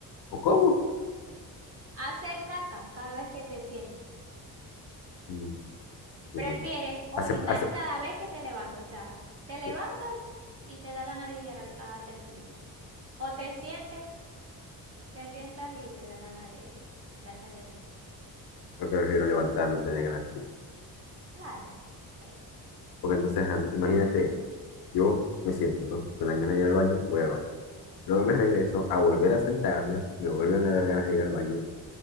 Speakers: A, on the left; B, on the right.
A: ¿O cómo?
B: Hacer caca cada vez que te sientes.
A: Mm, Dios
B: Prefieres
A: mío.
B: orinar
A: Hace, hace,
B: cada vez que te levantas. O sea, te levantas
A: sí,
B: y te da ganas de ir a, a hacer pipí. O te sientes, te sientas y te da ganas de, de hacer del dos.
A: creo que prefiero levantarme y tener ganas de pipí.
B: Claro. Eh,
A: Porque entonces, ah, imagínate esto. Yo me siento, ¿no? Me dan ganas de ir al baño, voy al baño. Luego me regreso a volver a sentarme, me vuelven a dar ganas de ir al baño.